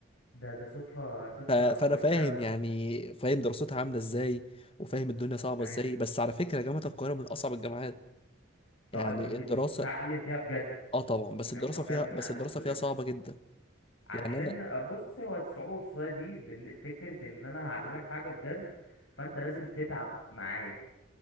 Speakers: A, on the left (about 80°); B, on the left (about 30°).
A: ده ده صدفة صدفة
B: ف- فانا
A: كويسة
B: فاهم
A: قوي
B: يعني فاهم دراستها عامله ازاي وفاهم الدنيا صعبه
A: ايوه
B: ازاي بس على فكره جامعه القاهره من اصعب الجامعات
A: طب
B: يعني
A: وبت...
B: الدراسه
A: وبتتعلم فيها بجد
B: اه طبعا بس
A: يعني
B: الدراسه
A: هم فعلا
B: فيها
A: بيعلموك
B: بس الدراسه
A: بجد
B: فيها صعبه جدا
A: علشان
B: يعني انا
A: آه، بص هو الصعوبة والسهولة دي بن- فكرة ان انا هعلمك حاجة بجد فانت لازم تتعب معايا